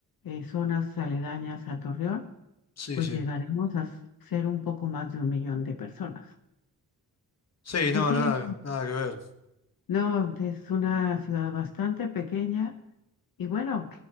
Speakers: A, on the left; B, on the left.
A: zonas aledañas a Torreón,
B: Sí,
A: pues
B: sí.
A: llegaremos a ser un poco más de un millón de personas.
B: Sí,
A: Pero
B: no,
A: sí,
B: nada,
A: es-
B: nada que ver.
A: no, es una ciudad bastante pequeña y bueno,